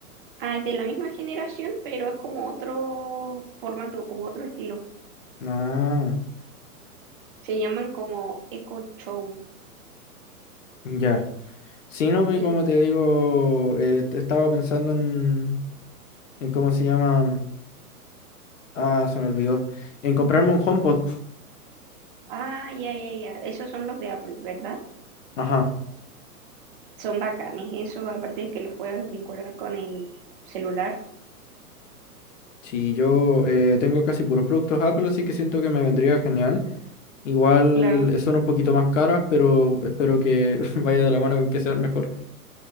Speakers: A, on the right (about 35°); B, on the left (about 55°).
A: ah, es de la misma generación, pero es como otro formato, como otro estilo.
B: Ah,
A: Se llaman como Echo Show.
B: ya. Sí, no, pues,
A: Y-
B: como te digo, eh, estaba pensando en, en cómo se llama. Ah, se me olvidó. En comprarme un HomePod.
A: ah, ya, ya, ya. Esos son los de Apple, ¿verdad?
B: Ajá.
A: Son bacanes. Eso, aparte de que los puedes vincular con el celular.
B: Sí, yo eh, tengo casi puros productos Apple, así que siento que me vendría genial. Igual
A: Claro.
B: eh, son un poquito más caras, pero espero que <laughs> vaya de la mano con que sean mejor.